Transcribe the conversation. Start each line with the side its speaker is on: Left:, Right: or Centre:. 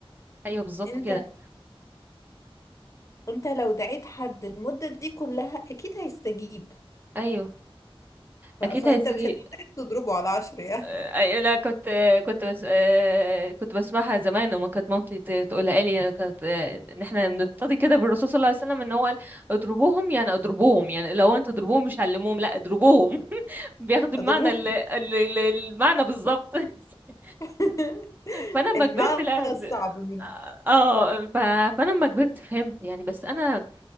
Right: ايوه بالظبط
Left: انت
Right: كده
Left: انت لو دعيت حد المدة دي كلها اكيد هيستجيب
Right: ايوه
Left: ف...
Right: اكيد
Left: فانت
Right: هيستجيب
Left: مش هتحتاج تضربه على عشر يعني
Right: آه، أي لا كنت كنت بس آه، كنت بسمعها زمان وما كانت مامتي ت- تقولها لي يعني كانت آه، ان احنا بنقتدي كده بالرسول صلى الله عليه وسلم ان هو قال اضربوهم يعني اضربوهم يعني لو انت تضربوهم مش علموهم لا اضربوهم <laughs> بياخدوا
Left: اضربه
Right: المعنى ال- ال- ال- المعنى بالظبط <laughs>
Left: <laughs>
Right: فانا لما
Left: المعنى
Right: كبرت لا ب-
Left: الصعب منه
Right: اه آه، ف... فانا لما كبرت فهمت يعني بس انا